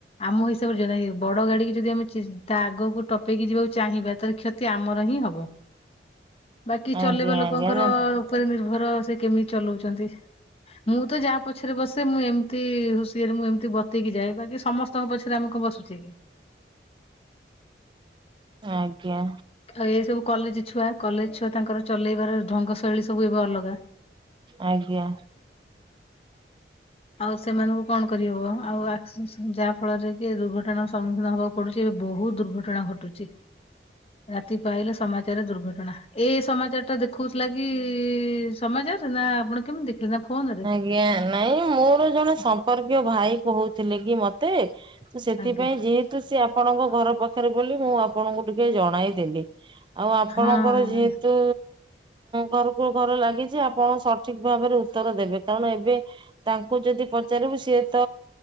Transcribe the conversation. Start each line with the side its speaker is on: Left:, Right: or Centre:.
Left: ଆମ ହିସାବରେ <unintelligible> ବଡ ଗାଡି କି ଯଦି ଆମେ ତା ଆଗକୁ ଟପେଇକି ଯିବାକୁ ଚାହିଁବା ତାହେଲେ କ୍ଷତ୍ କ୍ଷତି ଆମର ହିଁ ହବ ବାକି ଚଲେଇବା
Right: ଆଜ୍ଞା
Left: ଲୋକଙ୍କର
Right: ଆଜ୍ଞା ନା
Left: ଉପରେ ନିର୍ଭର ସେ କେମିତି ଚଲଉଛନ୍ତି। ମୁଁ ତ ଯାହା ପଛରେ ବସେ ମୁଁ ଏମିତି ହୁସିଆରେ ମୁଁ ଏମିତି ବତେଇକି ଯାଏ ବାକି ସମସ୍ତେ ସମସ୍ତ ଙ୍କ ପଛରେ ଆମେ କଣ୍ ବସୁଛେ।
Right: ଆଜ୍ଞା।
Left: ଆଉ ଏ ସବୁ କଲେଜ ଛୁଆ କଲେଜ ଛୁଆ ତାଙ୍କର ଚଲେଇବାର ଢଙ୍ଗ ଶୈଳୀ ସବୁ ଏବେ ଅଲଗା।
Right: ଆଜ୍ଞା।
Left: ଆଉ ସେମାନଙ୍କୁ କଣ କରିହବ ଆଉ ଆ କ୍ସ ଯାହଫଳରେ କି ଦୁର୍ଘଟଣାର ସମ୍ମୁଖୀନ ହବାକୁ ପଡୁଛି ଏବେ ବହୁତ ଦୁର୍ଘଟଣା ଘଟୁଛି। ରାତି ପାହିଲେ ସମାଚାର ଦୁର୍ଘଟଣା ଏ ସମାଚାର ଟା ଦେଖଉଥିଲା କି ସମାଜଚାର ରେ ନା ଆପଣ କେମିତି ଦେଖିଲେ ନା ଫୋନ ରେ।
Right: ଆଜ୍ଞା ନାଇଁ ମୋର ଜଣେ ସମ୍ପର୍କୀୟ ଭାଇ କହୁଥିଲେ କି ମତେ ତ ସେଥିପାଇଁ
Left: ଆଜ୍ଞା
Right: ଯେହେତୁ ସିଏ ଆପଣଙ୍କ ଘର ପାଖରେ ବୋଲି ମୁଁ ଆପଣଙ୍କୁ ଟିକେ ଜଣାଇଦେଲି। ଆଉ ଆପଣଙ୍କର
Left: ହଁ
Right: ଯେହେତୁ ଘରକୁ ଘର ଲାଗିଛି ଆପଣ ସଠିକ୍ ଭାବରେ ଉତ୍ତର ଦେବେ କାରଣ ଏବେ ତାଙ୍କୁ ଯଦି ପଚାରିବୁ ସିଏ ତ